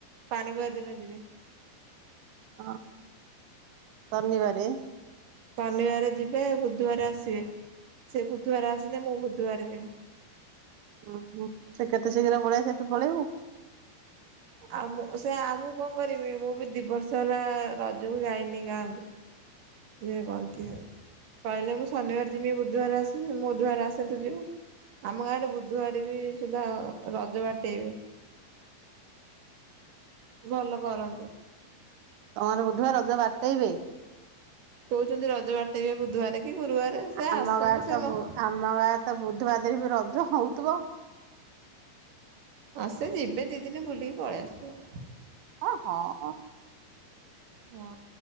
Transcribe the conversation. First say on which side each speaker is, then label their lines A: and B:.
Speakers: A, on the right; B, on the right.
A: ପାଣିଗୟା ଦିନ ଯିବେ।
B: ହଁ ଶନିବାରେ।
A: ଶନିବାରେ ଯିବେ ବୁଧବାର ଆସିବେ। ସେ ବୁଧବାର ଆସନ୍ତେ ମୁଁ ବୁଧବାର ଯିବି।
B: ଉ ହୁଁ ସେ କେତେ ଶୀଘ୍ର ପଳେଇ ଆସିବେ ତୁ ପଳେଇବୁ?
A: ଆ ମୁଁ ସେ ଆମକୁ କଣ କରିବି ମୁଁ ବି ଦି ବର୍ଷ ହେଲା-ଆ-ଆ ରଜକୁ ଯାଇନି ଗାଁକୁ। ସିଏ କହନ୍ତି ଆଉ କହିଲେ ମୁଁ ଶନିବାର ଯିବି ବୁଧବାର ଆସିବି ମୁଁ ବୁଧବାର ଆସେ ତୁ ଯିବୁ। ଆମ ଗାଁରେ ବୁଧବାର ବି ସୁଧା ରଜ ବାଟେଇବେ। ଭଲ କରନ୍ତି।
B: ତମର ବୁଧୁବାର ରଜ ବାଟେଇବେ?
A: କହୁଛନ୍ତି ରଜ ବାଟେଇବେ ବୁଧବାରେ କି ଗୁରୁବାରେ ସେ
B: ଆମ
A: ଆସନ୍ତୁ
B: ଗାଁରେ ତ
A: ସେନ।
B: ବୁ ଆମ ଗାଁ ତ ବୁଧୁବାରେ <unintelligible> ବି ରଜ ହଉଥିବ।
A: ହଁ ସେ ଯିବେ ଦି ଦିନ ବୁଲିକି ପଳେଇ ଆସିବେ।
B: ହଁ ହଁ ହଁ।
A: ହଁ